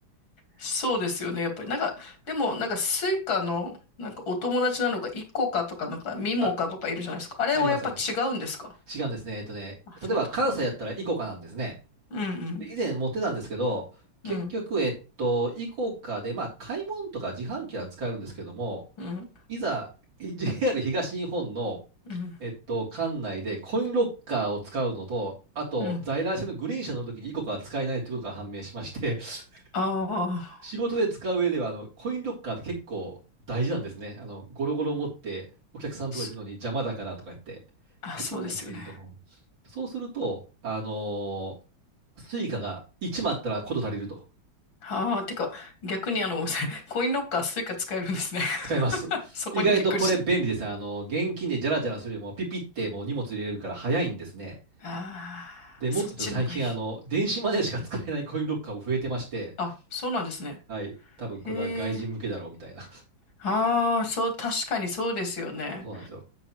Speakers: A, on the left (about 80°); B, on the right (about 75°).
A: そうですよね。やっぱり、なんか、でも、なんか、スイカの、なんか、お友達なのか、イコカとか、なんか、ミモカとかいるじゃないですか。
B: <laughs> あ、
A: あれはやっぱ違うんですか
B: あります。違うんですね。えっとね、
A: あ、
B: 例えば関西やったらイコカなんですね。
A: 違うんだ。うん
B: 以前持ってたんですけど、結局、
A: うん。うん
B: えっと、イコカで、まあ、買い物とか自販機は使えるんですけども、
A: うん
B: いざ JR 東日本の、
A: うん。
B: えっと、管内でコインロッカーを使うのと、あと在来線のグリーン車乗るときにイコカは使えないということが判明しまして、
A: うん。あ
B: <laughs>
A: あ、
B: 仕事で使う上ではあのコインロッカーって結構大事なんですね。あのゴロゴロ持ってお客さんのとこ行くのに邪魔だからとか言って、
A: すあ、
B: 駅に預けると。
A: そうですよね。
B: そうすると、あのー、スイカが1枚あったらこと足りると。
A: ああ、てか、逆にあの、ごめんなさい。<laughs> コインロッカー、スイカ使えるんですね。
B: 使います。
A: <laughs> そこにびっくりした。
B: 意外とこれ便利ですね。あの、現金でジャラジャラするよりもピピってもう荷物入れれるから早いんですね。
A: ああ、
B: で、もっと言うと最近あの、
A: そっちのがいい。
B: 電子マネーしか使えないコインロッカーも増えてまして、
A: あ、そうなんですね。
B: はい。多分これは外人向けだろうみたいな。
A: へえ。ああ、そう、確かにそうですよね。
B: <laughs> そうなんですよ。